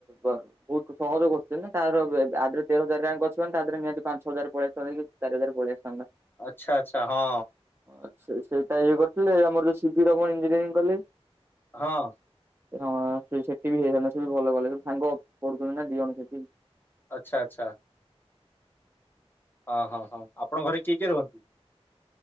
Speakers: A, on the right; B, on the left.
A: ବହୁତ ସହଜ କ୍ୱେଶ୍ଚିନ୍ ଟା ତାର ଆଥେରେ ତେର ହଜାର ରାଙ୍କ ଅଛି ମାନେ ତାଥେରେ ନିହାତି ପାଞ୍ଚ ହଜାର ପଳେଇ। <unintelligible> ଚାରି ହଜାର ପଳେଇ ଆସିଥାନ୍ତା।
B: ଆଚ୍ଛା ଆଚ୍ଛା ହଁ।
A: ଆଛା ସେଇଟା ଇଏ କରିୁଥିଲେ ଆମରୋଉ ସିଭି ରମଣ ଇଞ୍ଜିନିୟରିଂ କଲେଜ।
B: ହଁ।
A: ହଁ ସେ ସେଠି ବି ହେଇଥାନ୍ତା ସେ ବି ଭଲ କଲେଜ୍ ସାଙ୍ଗ ପଢୁଛନ୍ତି ନା ଦି ଜଣ ସେଠି।
B: ଆଚ୍ଛା ଆଚ୍ଛା। ହଁ ହଁ ହଁ। ଆପଣ ଘରେ କିଏ କିଏ ରୁହନ୍ତି?